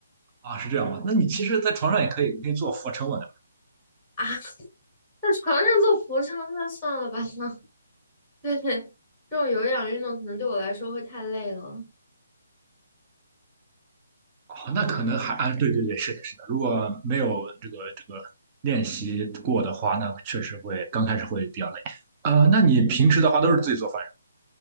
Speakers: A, on the right; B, in the centre.
A: 啊，是这样吗？那你其实，在床上也可以，你可以做俯卧撑嘛，对
B: 啊。<laughs> 在床上做俯卧撑，那算了吧。<laughs> 对，这种有氧运动可能对我来说会太累了。
A: 吧啊，那可能还啊，对对对，是的，是的。如果没有这个这个练习过的话，那确实会刚开始会比较累。呃，那你平时的话都是自己做饭